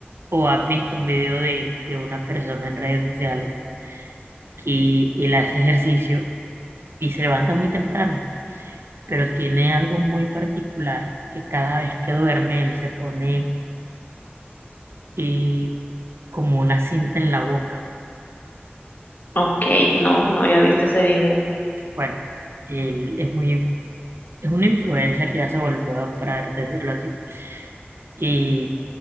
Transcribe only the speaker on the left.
Ok, no, no había visto ese video